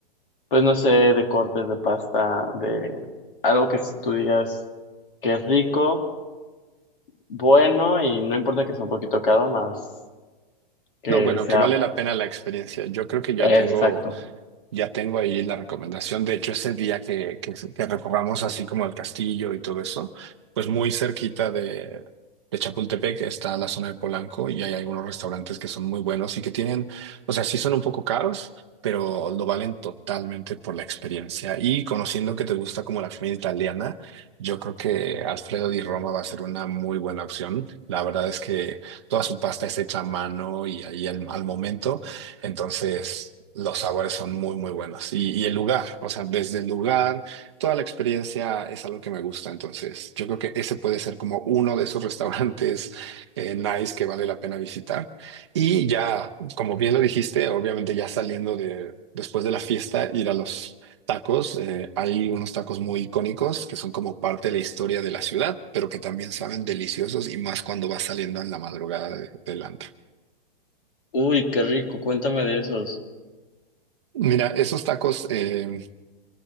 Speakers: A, on the left; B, on the right.
A: Pues no sé, de cortes de pasta, de algo que tú digas que es rico, bueno y no importa que sea un poquito caro, más que
B: No, bueno,
A: sea
B: que vale la pena la experiencia. Yo creo que ya
A: exacto.
B: tengo Ya tengo ahí la recomendación. De hecho, ese día que, que, que recorramos así como el castillo y todo eso, pues muy cerquita de, de Chapultepec está la zona de Polanco y hay algunos restaurantes que son muy buenos y que tienen, o sea, sí son un poco caros, pero lo valen totalmente por la experiencia. Y conociendo que te gusta como la comida italiana, yo creo que Alfredo di Roma va a ser una muy buena opción. La verdad es que toda su pasta es hecha a mano y ahí al al momento. Entonces, los sabores son muy, muy buenos. Y, y el lugar, o sea, desde el lugar, toda la experiencia es algo que me gusta. Entonces, yo creo que ese puede ser como uno de esos <laughs> restaurantes eh, nice que vale la pena visitar. Y ya, como bien lo dijiste, obviamente ya saliendo de, después de la fiesta, ir a los tacos. Eh, hay unos tacos muy icónicos que son como parte de la historia de la ciudad, pero que también saben deliciosos y más cuando vas saliendo en la madrugada de- del antro.
A: Uy, qué rico, cuéntame de esos,
B: Mira, esos tacos eh,